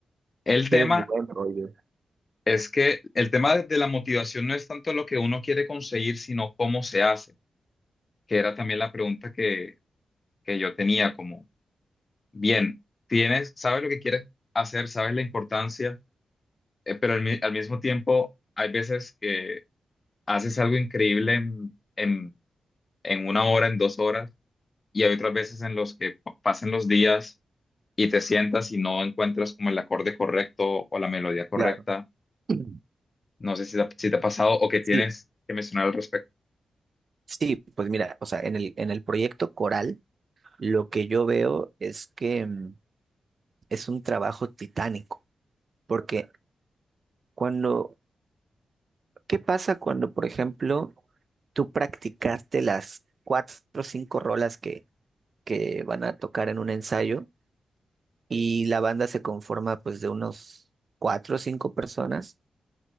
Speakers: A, on the left; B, on the right.
A: El
B: qué
A: tema
B: buen rollo.
A: Es que el tema de de la motivación no es tanto lo que uno quiere conseguir, sino cómo se hace, que era también la pregunta que, que yo tenía, como, bien, tienes, sabes lo que quieres hacer, sabes la importancia, eh, pero al, mi- al mismo tiempo hay veces que haces algo increíble en, en, en una hora, en dos horas, y hay otras veces en los que pa- pasan los días y te sientas y no encuentras como el acorde correcto o la melodía correcta.
B: Claro. <clears throat>
A: No sé si te, ha- si te ha pasado o que tienes
B: Sí,
A: que mencionar al respecto.
B: sí, pues mira, o sea, en el, en el proyecto coral, lo que yo veo es que mm, es un trabajo titánico, porque cuando, ¿qué pasa cuando, por ejemplo, tú practicaste las cuatro o cinco rolas que, que van a tocar en un ensayo y la banda se conforma pues de unos cuatro o cinco personas